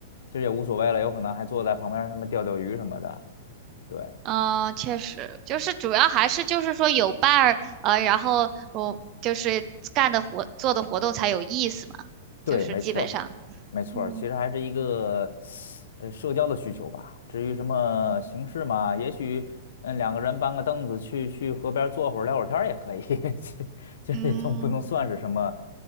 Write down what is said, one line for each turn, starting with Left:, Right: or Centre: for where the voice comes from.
Left: 其实也无所谓了，有可能还坐在旁边儿什么钓钓鱼什么的。对，
Right: 嗯，确实，就是主要还是就是说有伴儿，呃，然后我就是干的活做的活动才有意思嘛，
Left: 对，
Right: 就是基本上，
Left: 没错儿没错儿其实还是一个
Right: 嗯
Left: 呃社交的需求吧。至于什么形式嘛，也许嗯两个人搬个凳子去去河边儿坐会儿聊会儿天儿也可以，<laughs> 其其实也都不能算是什么
Right: 嗯